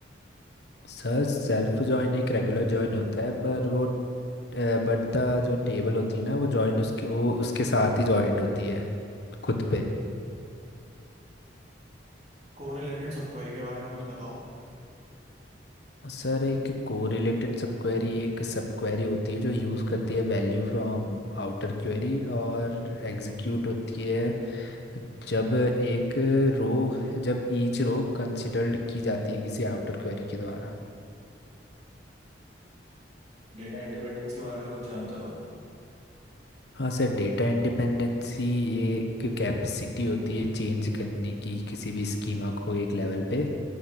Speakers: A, on the left; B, on the right.
A: सर सेल्फ जॉइन एक रेगुलर जॉइन होता है पर वो बट द जो टेबल होती है ना वो जॉइंट उसके वो उसके साथ ही जॉइंट होती है खुद पे
B: कोरिलेटेड सब क्वेरी के बारे में कुछ बताओ
A: सर एक कोरिलेटेड सब क्वेरी एक सब क्वेरी होती है जो यूज़ करती है वैल्यू फ्रॉम आउटर क्वेरी और एग्जीक्यूट होती है जब एक रो जब ईच रो कंसिडर्ड की जाती है किसी आउटर क्वेरी के द्वारा
B: डेटा इंडिपेंडेंस के बारे में कुछ जानते हो
A: हाँ सर डेटा इंडिपेंडेंसी एक कैपेसिटी होती है चेंज करने की किसी भी स्कीमा को एक लेवल पे